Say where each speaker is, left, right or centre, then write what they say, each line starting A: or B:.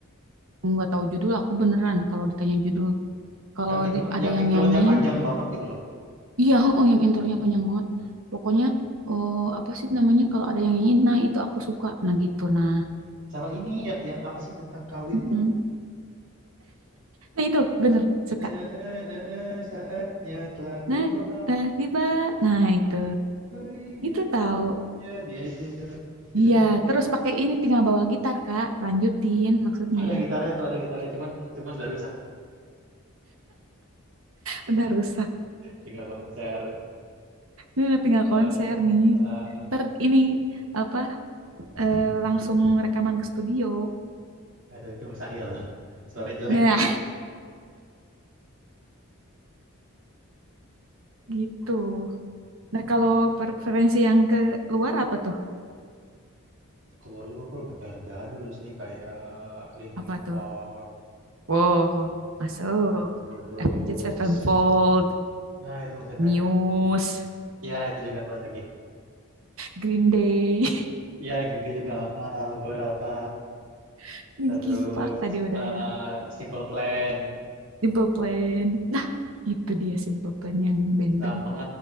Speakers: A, on the right; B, on the right.
A: nggak tahu judul aku beneran kalau ditanya judul. Kalau
B: Yang intro
A: di- ada
B: yang
A: yang
B: intronya
A: nyanyiin,
B: panjang banget gitu loh.
A: iya, <laughs> oh yang intronya panjang banget. Pokoknya oh apa sih namanya kalau ada yang nyanyiin, nah itu aku suka. Nah gitu nah.
B: Sama ini ya yang apa sih tentang kawin
A: Mm-mm.
B: tuh,
A: Nah itu bener suka.
B: Eh, eh, eh, eh, saatnya telah tiba,
A: Nah, nah, tiba. Nah, itu.
B: ku ingin
A: Itu tahu.
B: kau menjadi ya itu itu. Itu
A: Iya,
B: aku suka tuh.
A: terus pakai ini tinggal bawa gitar, Kak. Lanjutin maksudnya.
B: Ada gitarnya tuh, ada gitarnya cuman cuman udah rusak
A: Udah rusak.
B: tinggal konser,
A: Eh, Tinggal
B: eee,
A: konser nih.
B: heeh.
A: Ter ini apa eh, langsung rekaman ke studio.
B: Aduh itu mustahil, suaranya jelek.
A: Nah, <laughs> gitu. Nah,
B: Mmm.
A: kalau preferensi yang ke luar apa tuh?
B: keluar juga aku lebih kayak yang jadul sih, kayak Linkin
A: Apa tuh?
B: Park,
A: Wow, masuk.
B: terus...
A: Avenged Sevenfold,
B: Nah, itu mau saya
A: Muse,
B: tanya. Ya, itu juga apa lagi?
A: Green Day,
B: Ya, gini juga apa, beberapa.
A: <laughs> Linkin
B: Terus
A: Park tadi
B: eh,
A: udah ya.
B: Simple Plan,
A: Simple Plan. Nah, itu dia Simple Plan yang band-band.
B: sama